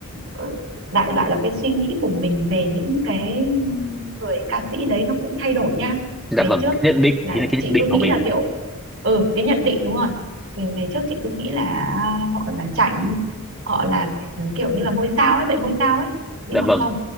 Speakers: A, on the right; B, in the centre.
A: ờ, đại loại là cái suy nghĩ của mình về những cái người ca sĩ đấy nó cũng thay đổi nha
B: dạ
A: ngày
B: vâng
A: trước
B: cái nhận định
A: là
B: ý là cái
A: chị
B: nhận định
A: cứ nghĩ
B: của mình
A: là kiểu ừ cái nhận định đúng rồi Cái ngày trước chị cứ nghĩ là họ là chảnh họ là ừ, kiểu như là ngôi sao ấy bệnh ngôi sao ấy nhưng
B: dạ
A: mà
B: vâng
A: không